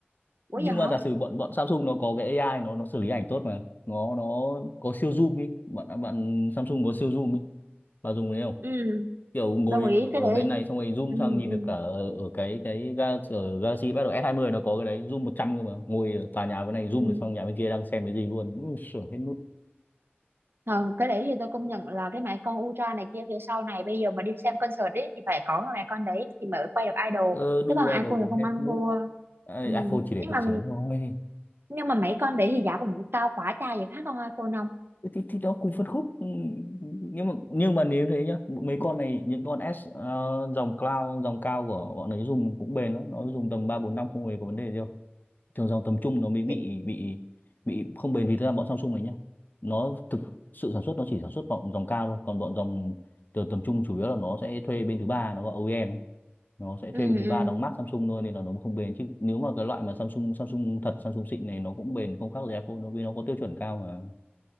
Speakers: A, on the right (about 65°); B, on the left (about 50°).
A: quá
B: nhưng
A: vậy hả
B: mà giả sử bọn bọn Samsung nó có cái AI nó nó xử lý ảnh tốt mà nó nó có siêu zoom đi bạn bạn Samsung có siêu zoom đi bạn dùng cái đấy không
A: ừ
B: kiểu ngồi
A: đồng ý
B: ở,
A: cái
B: ở
A: đấy
B: bên này xong rồi zoom
A: ừ
B: sang nhìn
A: ừ
B: được cả ở, ở cái cái ga, ở Galaxy bắt đầu S20 nó có cái đấy zoom 100 cơ mà ngồi ở tòa nhà bên này zoom
A: ừ
B: được sang nhà bên kia đang xem cái gì luôn Ui, sửa hết nút
A: Ờ, cái đấy thì tôi công nhận là cái máy con Ultra này kia phía sau này bây giờ mà đi xem concert ấy thì phải có cái máy con đấy thì mới quay được idol
B: ờ, đu
A: chứ còn
B: ai
A: iPhone
B: đồ
A: thì không
B: hết
A: ăn
B: nút
A: thua
B: Ai-
A: ừ.
B: iPhone chỉ để
A: nhưng
B: tự
A: mà
B: sướng thôi
A: nhưng mà mấy con đấy thì giá cũng cao quá cha vậy khác con iPhone không
B: thì, thì nó cùng phân khúc ừ, nhưng mà nhưng mà nếu thế nhá mấy con này những con S ờ, dòng cloud dòng cao của bọn ấy dùng cũng bền lắm nó dùng tầm ba bốn năm không hề có vấn đề gì đâu thường dòng tầm trung nó mới bị
A: Chứ-
B: bị bị không bền vì thực ra bọn Samsung này nhá nó thực sự sản xuất nó chỉ sản xuất bọn dòng cao thôi còn bọn dòng từ tầm trung chủ yếu là nó sẽ thuê bên thứ ba nó gọi OEM ấy. nó sẽ
A: ừ
B: thuê bên thứ
A: ừ
B: ba đóng mác Samsung thôi nên là nó không bền chứ nếu mà cái loại mà Samsung Samsung thật Samsung xịn này nó cũng bền không khác gì Apple nó vì nó có tiêu chuẩn cao mà